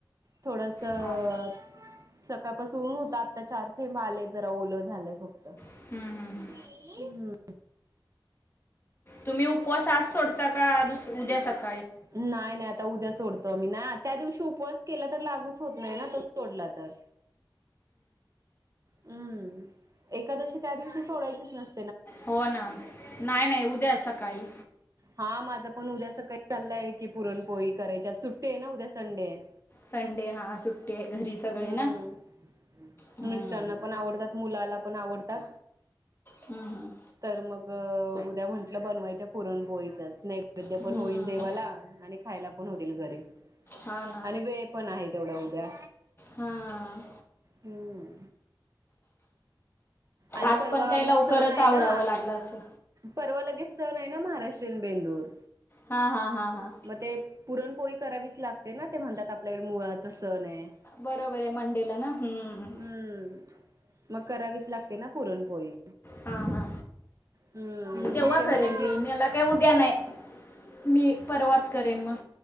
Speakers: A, on the right (about 40°); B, on the left (about 30°).
A: थोडंसं.
B: अं.
A: सकाळपासून ऊन होत. आत्ता चार थेंब आले जरा ओल झालंय फक्त.
B: हम्म, हम्म, हम्म.
A: हम्.
B: तुम्ही उपवास आज सोडता का दुस उद्या सका
A: नाय नाय आत आता उद्या सोडतो आम्ही ना त्या दिवशी उपवास केला तर लागूच होत नाही तो सोडला तर. हम्म एकादशी त्या दिवशी सोडायचीच नस
B: हो ना नाही नाही उद्या सकाळी.
A: हा माझं पण उद्या सकाळी चाललंय की पुरणपोळी करायच्या सुट्टी आहे ना उद्या संडे आहे.
B: संडे हा सुट्टी आहे घरी सगळे
A: हम्म
B: ना हम्म.
A: मिस्टरांना पण आवडतात मुलाला पण आवडतात.
B: हम्म हम्म.
A: तर उद्या म्हंटलं बनवायच्या पुरणपोळीचाच नेव वैद्य
B: हम्म.
A: पण होईल देवाला आणि खायला पण होतील घरी
B: हा ना
A: आणि वे पण आहेत तेवढ्या उद्या.
B: हां.
A: हम्म. आणि
B: आज
A: परवा
B: पण काही लवकरच
A: म सण आहे
B: आवरावं
A: ना.
B: लागलं असं
A: परवा लगेच सण आहे ना महाराष्ट्रीयन बेंदूर.
B: हा हा हा हा.
A: म ते पुरणपोळी करावीच लागते ना ते म्हणतात आपल्याकडे मुआचा सण आहे.
B: बरोबर आहे मंडेला ना हम्म.
A: हम्म मग करावीच लागते ना पुरणपोळी.
B: हा हा
A: हम्म
B: तेव्हा
A: मग
B: मी
A: ते
B: करेन
A: म्हणलं की
B: मेला काय उद्या नाही मी परवाच करेन म.